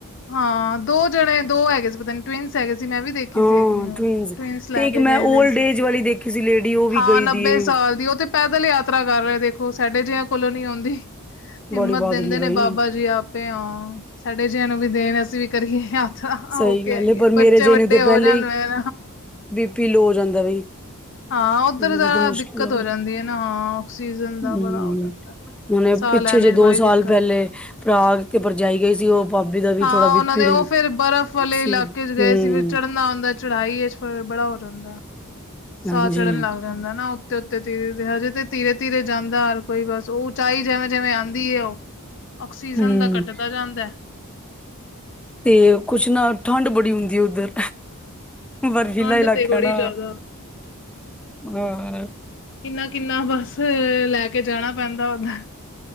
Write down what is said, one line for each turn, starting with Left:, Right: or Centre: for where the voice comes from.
Left: ਹਾਂ ਦੋ ਜਣੇ ਦੋ ਹੈਗੇ ਸੀ ਪਤਾ ਨੀ ਟਵਿੰਨਸ ਹੈਗੇ ਸੀ ਮੈਂ ਵੀ ਦੇਖੀ
Centre: ਹਾਂ
Left: ਸੀ ਇਕ ਨਿਊਜ
Centre: ਟਵਿੰਸ
Left: ਟਵਿੰਨਸ ਲੈ
Centre: ਤੇ ਇੱਕ
Left: ਕੇ ਗਏ
Centre: ਮੈਂ
Left: ਦੇ
Centre: ਓਲਡ
Left: ਸੀ
Centre: ਏਜ ਵਾਲੀ ਦੇਖੀ ਸੀ ਲੇਡੀ ਉਹ ਵੀ
Left: ਹਾਂ
Centre: ਗਈ
Left: ਨੱਬੇ
Centre: ਦੀ ਏ
Left: ਸਾਲ ਦੀ ਓ ਤੇ ਪੈਦਲ ਯਾਤਰਾ ਕਰ ਰੇ ਦੇਖੋ ਸਾਡੇ ਜੇਆਂ ਕੋਲੋਂ ਨੀ ਹੁੰਦੀ। ਹਿੰਮਤ
Centre: ਬੜੀ ਬਹਾਦਰੀ
Left: ਦਿੰਦੇ
Centre: ਬਾਈ
Left: ਨੇ ਬਾਬਾ ਜੀ ਆਪੇ ਹਾਂ ਸਾਡੇ ਜੇਆਂ ਨੂੰ ਵੀ ਦੇਣ। ਅਸੀਂ ਵੀ ਕਰੀਏ ਯਾਤਰਾ
Centre: ਸਹੀ
Left: ਹੋ ਕੇ
Centre: ਗੱਲ
Left: ਆਈਏ
Centre: ਹੈ ਪਰ
Left: ਬੱਚੇ
Centre: ਮੇਰੇ ਜੇ
Left: ਵੱਡੇ
Centre: ਨੂੰ ਤੇ ਪਹਿਲੇ
Left: ਹੋ ਜਾਣ
Centre: ਹੀ
Left: ਫੇਰ
Centre: ਬੀ ਪੀ ਲੋ ਹੋ ਜਾਂਦਾ ਬਈ।
Left: ਹਾਂ ਓਧਰ
Centre: ਮੁਝੇ
Left: ਜਰਾ
Centre: ਤੇ ਮੁਸ਼ਕਿਲ
Left: ਦਿੱਕਤ ਹੋ ਜਾਂਦੀ ਏ ਨਾ ਹਾਂ ਆਕਸੀਜਨ
Centre: ਹਮ
Left: ਦਾ ਬੜਾ ਹੋ ਜਾਂਦਾ।
Centre: ਹੁਣੇ
Left: ਸਾਹ
Centre: ਪਿੱਛੇ
Left: ਲੈਣੇ
Centre: ਜੇ ਦੋ
Left: ਚ ਬੜੀ
Centre: ਸਾਲ
Left: ਦਿੱਕਤ
Centre: ਪੈਲੇ ਪਰਾ ਤੇ ਪਰਜਾਈ ਗਈ ਸੀ ਓ ਪਾਬੀ ਦਾ ਵੀ
Left: ਹਾਂ
Centre: ਥੋੜਾ ਬੀ
Left: ਓਨਾਂ
Centre: ਪੀ
Left: ਦੇ ਓ ਫੇਰ ਬਰਫ਼ ਵਾਲੇ
Centre: ਸੀ
Left: ਇਲਾਕੇ
Centre: ਹਮ
Left: ਚ ਗਏ ਸੀ ਫਿਰ ਚੜ੍ਹਨਾ ਹੁੰਦਾ ਚੜਾਈ ਚ ਬੜਾ ਹੋ ਜਾਂਦਾ
Centre: ਹਾਂਜੀ
Left: ਸਾਹ ਚੜ੍ਹਨ ਲੱਗ ਜਾਂਦਾ ਨਾ ਉੱਤੇ ਉੱਤੇ ਧੀਰੇ ਹਜੇ ਤੇ ਧੀਰੇ ਧੀਰੇ ਜਾਂਦਾ ਹਰ ਕੋਈ ਬਸ ਉਹ ਉਚਾਈ ਜਿਵੇਂ ਜਿਵੇਂ ਆਉਂਦੀ ਹੈ ਉਹ ਆਕਸੀਜਨ
Centre: ਹਮ
Left: ਦਾ ਕੱਟਦਾ ਜਾਂਦਾ।
Centre: ਅਤੇ ਕੁਛ ਨਾ ਠੰਡ ਬੜੀ ਹੁੰਦੀ ਹੈ ਉੱਧਰ। ਬਰਫੀਲਾ
Left: ਠੰਡ
Centre: ਇਲਾਕਾ
Left: ਤੇ ਬੜੀ
Centre: ਨਾ
Left: ਜ਼ਿਆਦਾ
Centre: ਅ
Left: ਕਿੰਨਾ ਕਿੰਨਾ ਬਸ ਲੈ ਕੇ ਜਾਣਾ ਪੈਂਦਾ ਓਦਾਂ।